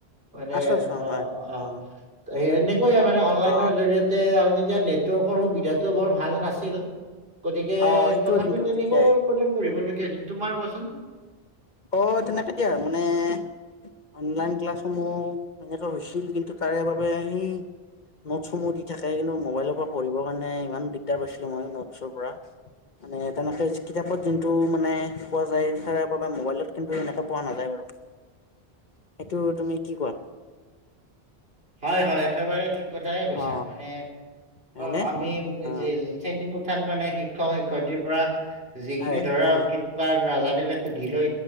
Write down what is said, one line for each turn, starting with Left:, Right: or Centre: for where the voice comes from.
Right: মানে
Left: আছো আছো
Right: অঁ
Left: হয়
Right: অঁ।
Left: অ
Right: এনেকৈয়ে মানে অনলাইনৰ
Left: অ
Right: জৰিয়তে আৰু তেতিয়া নেটৱৰ্কৰ সুবিধাতটো বৰ ভাল নাছিল। গতিকে
Left: অ সেইটোৱে
Right: তথাপিও
Left: কিন্তু
Right: তেনেকৈ
Left: তেতিয়াই
Right: প পঢ়িবলগীয়া হৈছিল। তোমাৰ কোৱাচোন?
Left: অঁ তেনেকে দিয়ে আৰু মানে- অনলাইন ক্লাছসমূহ এনেকুৱা হৈছিল। কিন্তু তাৰে বাবে সেই- নোটছসমূহ দি থাকে, কিন্তু মোবাইলৰ পৰা পঢ়িবৰ কাৰণে ইমান দিগদাৰ পাইছিলো, মই নোটছৰ পৰা। মানে তেনেকৈ কিতাপত যোনটো মানে পোৱা যায়। বাবে মোবাইলত কিন্তু এনেকা পোৱা নাযায় বাৰু। সেইটো তুমি কি কোৱা?
Right: হয় হয় একেবাৰে ঠিক কথাই কৈছা,
Left: অ
Right: মানে
Left: হয়নে
Right: অ আমি-
Left: অ
Right: শ্ৰেণী কোঠাত মানে শিক্ষক শিক্ষয়িত্ৰী পৰা যিখিনি
Left: হয়
Right: ধৰা-
Left: হয়
Right: বা নাজানিলে সুধি লৈ